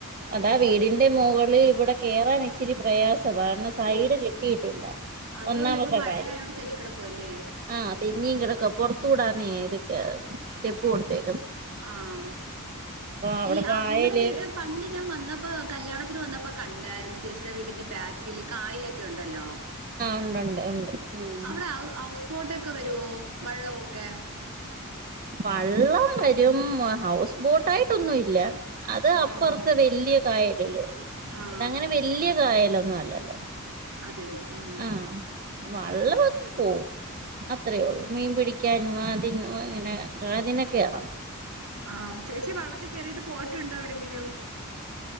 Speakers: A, on the right; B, on the right.
A: അതാ വീടിന്റെ മോളിൽ ഇവിടെ കേറാൻ ഇച്ചിരി പ്രയാസ മാണ് സൈഡ്
B: ഓ
A: കെട്ടിട്ടില്ല
B: അതുപോലെ
A: ഒന്നാമത്തെ
B: ഇപ്പൊ മഴയായോണ്ട്
A: കാര്യം
B: തെന്നിക്കിടക്കുവല്ലേ
A: ആഹ് നീ കിടക്ക പുറത്തൂടാന്നെ ഇതൊക്കെ സ്റ്റെപ്പ് കൊടുത്തേ
B: ആഹ്
A: അവിടെ
B: ഈ ആ
A: പായല്
B: നിങ്ങളടെ വീട് പണ്ട് ഞാൻ വന്നപ്പോ കല്യാണത്തിന് വന്നപ്പോ കണ്ടായിരുന്നു ചേച്ചിയുടെ വീടിന്റെ ബാക്കിൽ കായലൊക്കെ ഉ ണ്ടല്ലോ
A: ഉണ്ട് ഉണ്ട് ഉണ്ട് ഉം
B: അവിടെ ഹൗ ഹൗസ് ബോട്ടൊക്കെ വരുവോ വള്ളമൊക്കെ
A: വള്ളം വരും ഹൗസ് ബോട്ട് ആയിട്ടൊന്നും ഇല്ല അത് അപ്പുറത്തെ
B: ആഹ്
A: വല്യ കായലില്ലേ
B: ആഹ്
A: ഇത് അങ്ങനെ വല്യ കായലൊന്നും അല്ലല്ലോ
B: അതന്നെ ഉം
A: ആഹ് വള്ളമൊക്കെ പോവും അത്രേയുള്ളൂ മീൻ പിടിക്കാനും അതിന് അങ്ങനെ അതിനെക്കേറങ്ങും
B: ആഹ് ചേച്ചി വള്ളത്തിൽ കയറിയിട്ട് പോയിട്ടുണ്ടോ എവിടെങ്കിലും